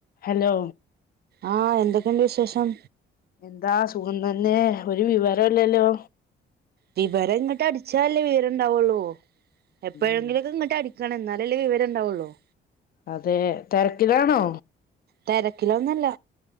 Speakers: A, on the left (about 50°); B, on the right (about 55°).
A: Hello
B: ആഹ എന്തൊക്കെയുണ്ട് വിശേഷം?
A: എന്താ സുഖം തന്നെ, ഒരു വിവരല്ലല്ലോ
B: വിവരം ഇങ്ങിട്ട് അടിച്ചല്ലേ വിവരണ്ടാവുള്ളൂ. എപ്പോഴെങ്കിലിതി
A: ഉം
B: ഇത് ഇങ്ങോട്ട് അടി ക്കണം എന്നാലല്ലേ വിവരമുണ്ടാവും.
A: അതെ തിരക്കിലാണോ?
B: തിരക്കിലൊന്നല്ല